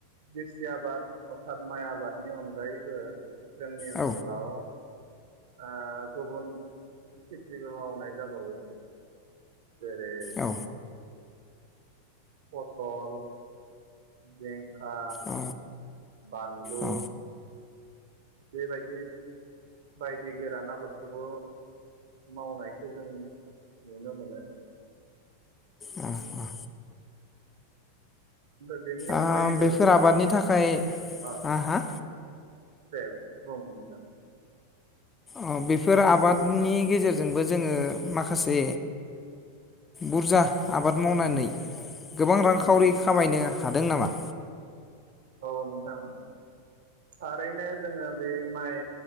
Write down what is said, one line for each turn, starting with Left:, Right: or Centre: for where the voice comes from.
Right: गेसि आबाद अर्थात माइ आबादनि अनगायैबो जोंनि ओनसोलाव
Left: औ
Right: ओ गुबुन खेथिबो मावनाय जाबावो। जेरै
Left: औ
Right: पथल बेे <unintelligible> खा
Left: अ
Right: बानलु
Left: अ
Right: बेबायदि बायदि गोरान आबादखौबो मावनायखौ जों नुनो मोनो।
Left: अ अ
Right: ओमफ्राय बेनि
Left: आ
Right: अनगायैबो
Left: बेफोर आबादनि थाखाय
Right: ओ
Left: आ हा
Right: दे बुं नोंथां
Left: अ बेफोर आबादनि गेजेरजोंबो जोङो माखासे बुरजा आबाद मावनानै गोबां रांखावरि
Right: उम
Left: खामायनो हादों नामा?
Right: औ नोंथां थारैनो जोङो बे माइ